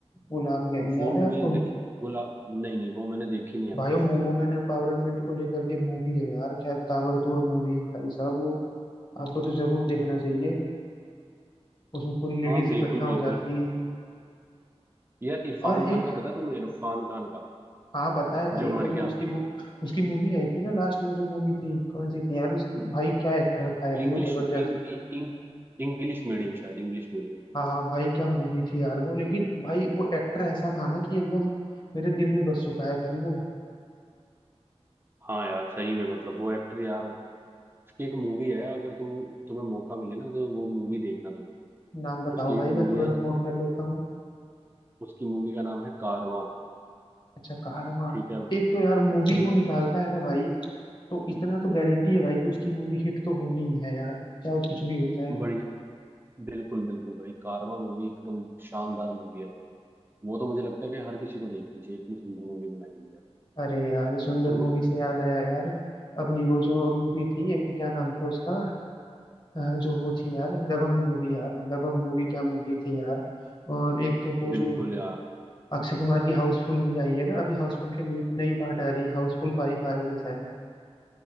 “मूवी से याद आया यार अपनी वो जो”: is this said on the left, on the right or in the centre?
Left